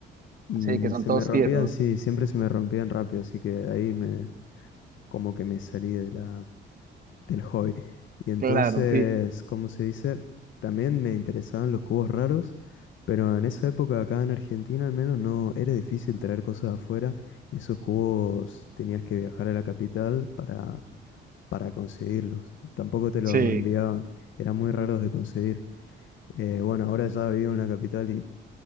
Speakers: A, on the left; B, on the right.
A: y
B: Sí, que son
A: se
B: todos
A: me rompían,
B: tiesos.
A: sí, siempre se me rompían rápido, así que ahí me, como que me salí de la, del hobby. Y entonces,
B: Claro, sí,
A: como se dice? También me interesaban los cubos raros, pero en esa época acá en Argentina al menos no era difícil traer cosas de afuera y esos cubos tenías que viajar a la capital para, para conseguirlos. Tampoco te los
B: sí,
A: enviaban, eran muy raros de conseguir. Eh, bueno, ahora ya vivo en la capital y